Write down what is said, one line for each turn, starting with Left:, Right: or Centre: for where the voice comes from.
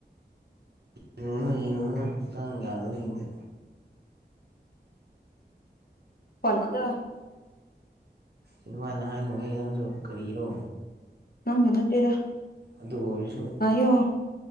Right: ꯌꯦꯡꯂꯨꯅꯣ ꯌꯡꯂꯨꯅꯣ ꯍꯛꯆꯥꯡ ꯌꯥꯗ꯭ꯔꯗꯤ ꯍꯌꯦꯡꯗꯤ
Left: <unintelligible>
Right: ꯑꯗꯨꯃꯥꯏꯅ ꯍꯥꯏꯅꯨꯍꯦ ꯅꯪꯁꯨ ꯀꯔꯤꯔꯣ
Left: ꯅꯪꯕꯨ ꯅꯠꯇꯦꯗ
Right: ꯑꯗꯨ ꯑꯣꯏꯔꯁꯨ
Left: ꯑꯌꯣ